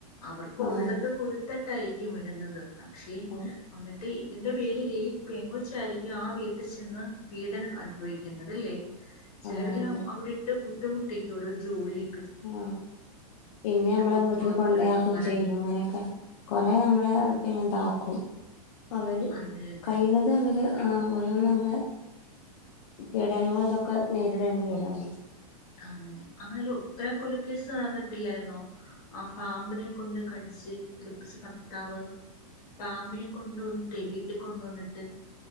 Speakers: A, on the left; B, on the left.
A: അവർക്കൊള്ളത്
B: ആഹ്
A: കൊടുത്ത- യിരിക്കും വിടുന്നത്- പക്ഷേ
B: ആഹ്
A: അന്നിട്ട് ഇതിന്റെ പേരില്- പെൺകൊച്ചായിരിക്കും ആ വീട്ടിൽ ചെന്ന് പീഡനം അനുഭ ഭവിക്കേണ്ടതല്ലേ? ചിലവര്
B: അതെ
A: അവിടെ ഇട്ട് ബുദ്ധിമുട്ടിക്കും ഓരോ ജോലി-
B: ആ പിന്നെ നമ്മളെ
A: കുത്തുവാക്കുകളൊക്കെ
B: വീട്ടിൽ കൊണ്ടയാക്കും
A: പറഞ്ഞ്
B: ചെയ്യും അങ്ങനെയൊക്കെ കൊറെ നമ്മളെ പിന്നെ എന്താ- ക്കും- അവര്
A: അതെ അതെ
B: കഴിയുന്നത് അവര് ആ നമ്മള് പീഡനങ്ങൾക്കെ നേരിടേണ്ടി വരും
A: അങ്ങനെ അങ്ങനെയല്ല ഉത്ര കൊലക്കേസ് നടന്നിട്ടില്ലായിരുന്നോ ആ പാമ്പിനെ കൊണ്ട് കടിച്ച് കുലുപ്പച്ച് ഭർത്താവ് പാമ്പിനെ കൊണ്ട് വന്നിട്ട് വീട്ടിൽ കൊണ്ട് വന്നിട്ട്